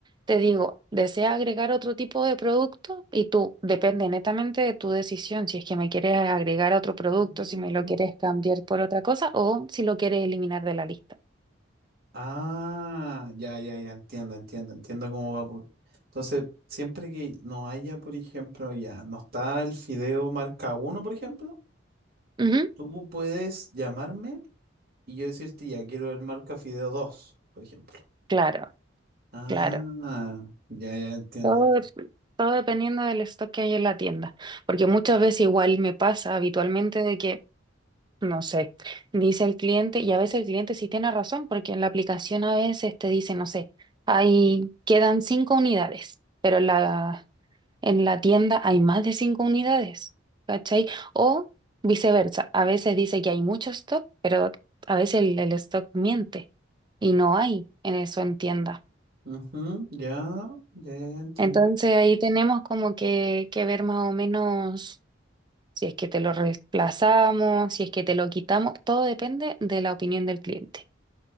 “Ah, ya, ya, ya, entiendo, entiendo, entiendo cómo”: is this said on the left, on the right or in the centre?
Right